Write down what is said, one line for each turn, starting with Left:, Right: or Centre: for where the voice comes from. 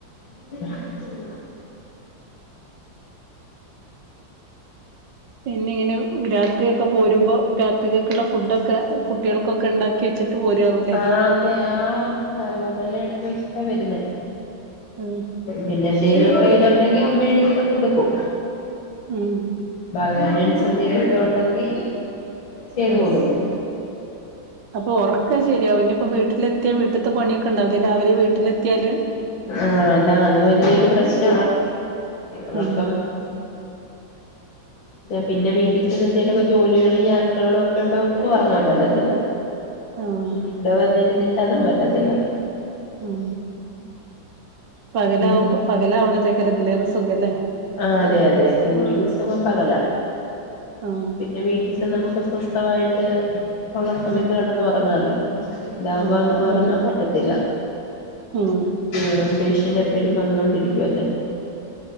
Left: ശ
Right: പിന്നെ ഇങ്ങനെ രാത്രിയൊക്കെ പോരുമ്പോ രാത്രി ക്കേക്കുള്ള ഫുഡൊക്കെ കുട്ടികൾക്കൊക്കെ ഉണ്ടാക്കി വെച്ചിട്ട് പോരുവാവൂല്ലേ
Left: ആഹ് അതെ ആഹ് <unintelligible> എല്ലാ എടുത്തു വെച്ചിട്ടാ വരുന്നേ
Right: ഉം
Left: പിന്നെ എന്തേലും പപ്പെതുണ്ടെങ്കി അമ്മ എടുത്ത് കൊടുക്കും.
Right: ഉം
Left: <unintelligible> ഉണ്ടെങ്കി ചെയ്തു
Right: ആഹ്
Left: കൊടുക്കും.
Right: അപ്പൊ ഉറക്കെ ശരിയാവും ഇനിയിപ്പോ വീട്ടിലെത്തിയാ വീട്ടത്തെ പണിയൊക്കെ ഉണ്ടാവില്ലേ രാവിലെ വീട്ടിലെത്തിയാല്
Left: ആഹ് അതാ അത് വലിയ ഒരു പ്രശ്ന ഉറക്കം
Right: ആഹ്
Left: പിന്നെ വീട്ടിൽ എന്തേലുംക്ക ജോലികളും യാത്രകളും ഒക്കെണ്ട് നോി ഉറങ്ങാൻ പറ്റത്തില്ല
Right: ആഹ്
Left: പിന്ന ഇവിടെ വന്നിരുന്നിട്ട് അതും പറ്റത്തില്ല
Right: ഉം പകലാവുമ്പോ
Left: പിന്നെ
Right: പലാവണ തേക്കരത്തില്ല സഖല്ലേ
Left: ആ അതെ അതെ യൂട്ടബ സുഖം പകല
Right: ആഹ്
Left: പിന്നെ വീട്ടിൽ ച നമുക്ക് സ്വസ്ഥമായിട്ട് ഉള്ള സമയത്ത്
Right: ആഹ്
Left: കെട്ടന്ന് ഉറങ്ങാല്ലോ ഇതാവുമ്പോ
Right: ആഹ്
Left: അങ്ങനെ ഉറങ്ങാൻ
Right: അത്
Left: പറ്റത്തില്ല
Right: ഉം
Left: ആ പേഷ്യന്റ് എപ്പോഴും വന്നോൊണ്ടിരിക്കുവല്ലേ